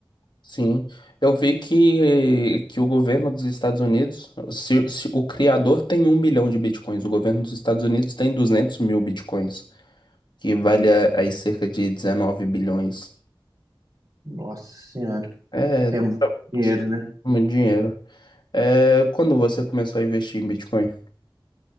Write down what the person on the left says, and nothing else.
Sim. Eu vi que, que o governo dos Estados Unidos, se, se o criador tem um milhão de bitcoins, o governo dos Estados Unidos tem 200 mil bitcoins, que vale a- aí cerca de 19 bilhões.
É,
é
muito dinheiro. É, quando você começou a investir em Bitcoin?